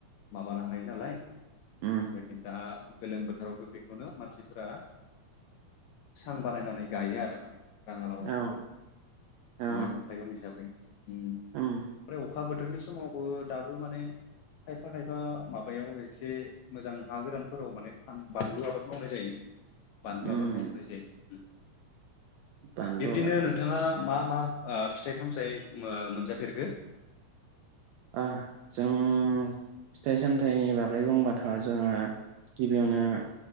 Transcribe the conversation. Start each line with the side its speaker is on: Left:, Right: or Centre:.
Left: माबानो हायो नालाय
Right: उम
Left: <unintelligible> गोलोम बोथोराव बेखौनो मानसिफोरा सां बानायनानै गायो आरो माने राङा लाव
Right: औ औ
Left: मैगं थाइगं हिसाबै ओमफ्राय
Right: उम
Left: अखा अखा बोथोरनि समावबो दाबो माने खायफा खायफा माबायाव एसे मोजां हा गोरानफोराव माने फान बानलु आबाद मावनाय जायो बानलु
Right: उम
Left: आबाद मावनाय जायो
Right: बानलु
Left: बिब्दिनो
Right: आबाद
Left: नोंथाङा मा मा फिथाइ सामथाइ मोनजाफेरखो
Right: ओ जों फिथाइ सामथाइनि बागै बुंबाथ'जोंङो गिबियावनो